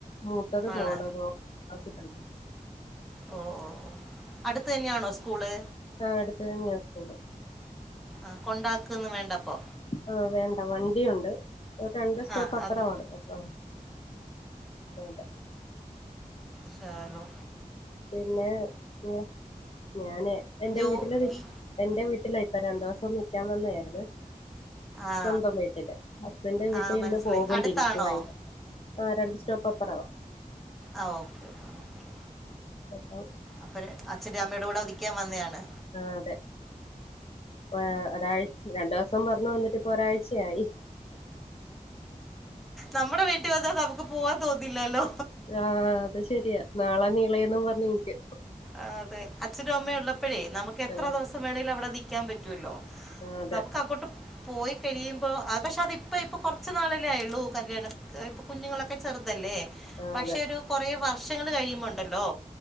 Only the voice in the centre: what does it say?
ആണ്
ഓഹ് ഓഹ് ഓഹ് അടുത്ത് തന്നെയാണോ സ്കൂള്
ആഹ് കൊണ്ടാകൊന്നുംവേണ്ടപ്പൊ
ആ അത്
ഷേലൊ
ജോ
ഈ
ആ
ആ മനസ്സിലായി
അടുത്താണോ
ആഹ് ഓക്കെ ഓക്കെ
അപ്പര് അച്ഛൻ്റേം അമ്മടേ കൂടെ നിക്കാൻ വന്നെണ്
നമ്മുടെ വീട്ടി വന്നാ നമുക്ക് പോവാൻ തോന്നില്ലാല്ലോ
ആഹ് അതെ അച്ഛനു അമ്മേ ഇള്ളപ്പഴേ നമുക്കെത്ര
ദിവസം വേണേലും അവിടെ നിക്കാൻ പറ്റുല്ലോ
നമുക്കങ്ങട്ട് പോയി കഴിയുമ്പോ അത് പക്ഷെ അതിപ്പം ഇപ്പൊ കുറച്ചല്ലേയായൊള്ളൂ കല്യാണക്കെ അത് ഇപ്പോ കുഞ്ഞുങ്ങളൊക്കെ ചെറ്തല്ലേ
പക്ഷെ
ഒരു കുറേ വർഷങ്ങൾ കഴിയുമ്പോണ്ടല്ലോ